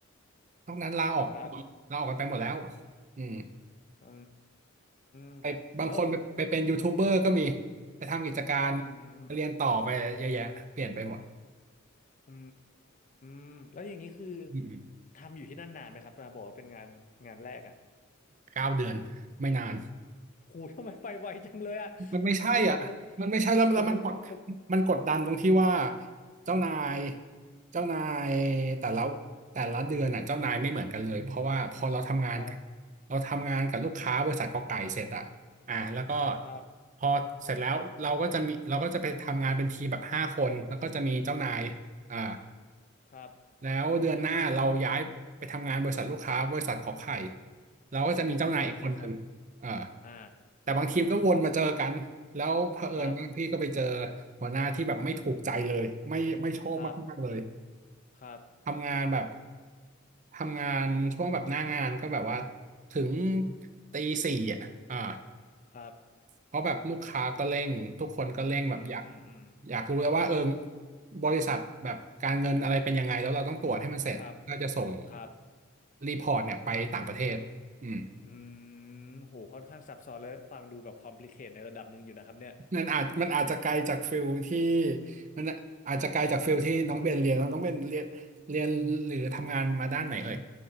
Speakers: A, on the right (about 35°); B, on the left (about 40°).
A: นอกนั้นลาออก
B: ครับ
A: ลาออกกันไปหมดแล้วอืม
B: อืมแล้ว
A: ไปบางคนไปไปเป็นยูทูบเบอร์ก็มีไปทำกิจการ
B: อืม
A: เรียนต่อไปเยอะแยะเปลี่ยนไปหมด
B: อืมแล้วอย่างนี้คือ
A: อืม
B: ทำอยู่ที่นั่นนานไหมครับนะบอกว่าเป็นงานงานแรกอ่ะ
A: เก้าเดือนไม่นาน
B: โหทำไมไปไวจังเลยอ่ะ
A: มันไม่ใช่อ่ะมันไม่ใช่แล้วแล้วมันกด
B: <laughs> ผมผมนึกผม
A: มันกดดันตรงที่ว่าเจ้านายเจ้านายแต่ละแต่ละเดือนน่ะเจ้านายไม่เหมือนกันเลยเพราะว่าพอเราทำงาน
B: ครับ
A: เราทำงานกับลูกค้าบริษัทกอไก่เสร็จอ่ะอ่าแล้วก็
B: ครับ
A: พอเสร็จแล้วเราก็จะมีเราก็จะไปทำงานเป็นทีมแบบห้าคนแล้วก็จะมีเจ้านายอ่า
B: ครับ
A: แล้วเดือนหน้าเราย้ายไปทำงานบริษัทลูกค้าบริษัทขอไข่เราก็จะมีเจ้านายอีกคนหนึ่งเออ
B: อ่าโอเคครับอ่า
A: แต่บางทีมก็วนมาเจอกันแล้วเผอิญบางที่ก็ไปเจอ
B: ครับ
A: หัวหน้าที่แบบไม่ถูกใจเลยไม่ไม่ชอบมากๆเลย
B: ครับครับ
A: ทำงานแบบทำงานช่วงแบบหน้างานก็แบบว่าถึงตีสี่อ่ะอ่า
B: ครับ
A: เพราะแบบลูกค้าก็เร่งทุกคนก็เร่งแบบอยาก
B: อืมอืมอืม
A: อยากรู้แล้วว่าเออบริษัทแบบการเงินอะไรเป็นยังไงแล้วเราต้องตรวจให้มันเสร็จก็จะส่ง
B: ครับครับ
A: รีพอร์ตเนี่ยไปต่างประเทศอืม
B: อืมโหค่อนข้างซับซ้อนเลยฟังดูแบบคอมพลีเคทในระดับหนึ่งอยู่นะครับเนี่ย
A: นั่นอาจมันอาจจะไกลจากฟิลที่มันอาจจะไกลจากฟิลที่น้องเบนเรียนแล้วน้องเบนเรียนเรียนหรือทำงานมาด้านไหนเอ่ย